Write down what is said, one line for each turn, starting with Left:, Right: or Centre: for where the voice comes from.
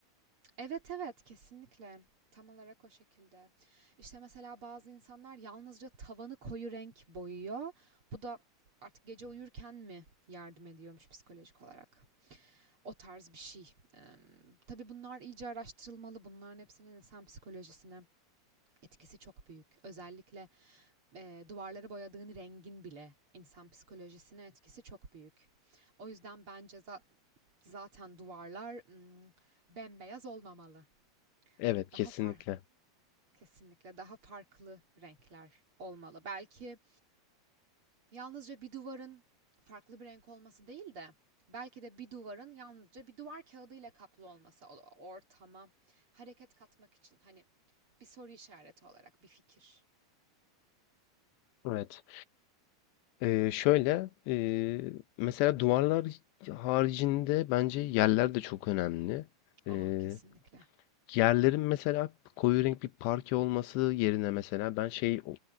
Right: Evet evet kesinlikle. Tam olarak o şekilde. İşte mesela bazı insanlar yalnızca tavanı koyu renk boyuyor. Bu da artık gece uyurken mi yardım ediyormuş psikolojik olarak? O tarz bir şey. Eee tabii bunlar iyice araştırılmalı. Bunların hepsinin insan psikolojisine etkisi çok büyük. Özellikle e, duvarları boyadığın rengin bile insan psikolojisine etkisi çok büyük. O yüzden bence za- zaten duvarlar hmm, bembeyaz olmamalı.
Left: Evet, kesinlikle.
Right: Daha far kesinlikle daha farklı renkler olmalı. Belki yalnızca bir duvarın farklı bir renk olması değil de belki de bir duvarın yalnızca bir duvar kağıdıyla kaplı olması ortama hareket katmak için hani bir soru işareti olarak bir fikir.
Left: Evet. Eee, şöyle, eee, mesela duvarlar haricinde bence yerler de çok önemli. Eee,
Right: Aa kesinlikle.
Left: yerlerin mesela koyu renk bir parke olması yerine mesela ben şey o-